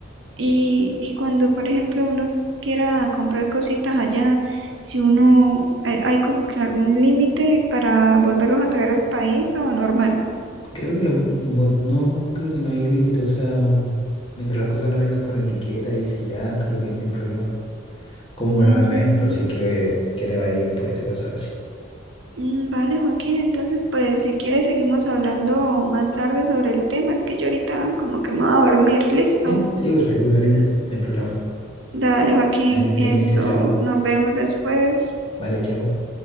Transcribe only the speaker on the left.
Creo que lo, bu- no, creo que no hay límite. O sea, mientras las cosas no vengan con etiqueta y selladas, creo que no hay problema. Como para
la renta, así que quiere evadir impuestos y cosas así.
Sí, sí, perfecto, Karina. No hay problema.
Dale, que estés
bien, chao, chao.
Vale, chao.